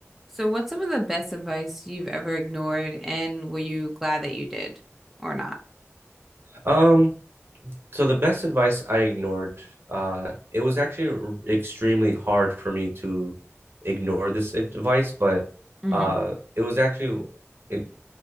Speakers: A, in the centre; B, on the right (about 45°).
A: So, what's some of the best advice you've ever ignored, and were you glad that you did or not?
B: Um, so the best advice I ignored, uh, it was actually r- extremely hard for me to ignore this advice, but
A: hmm
B: uh, it was actually it